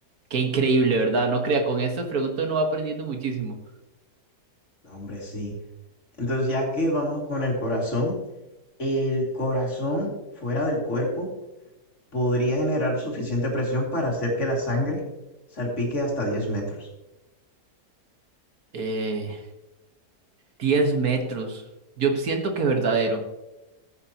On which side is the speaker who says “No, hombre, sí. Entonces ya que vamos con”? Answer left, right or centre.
Left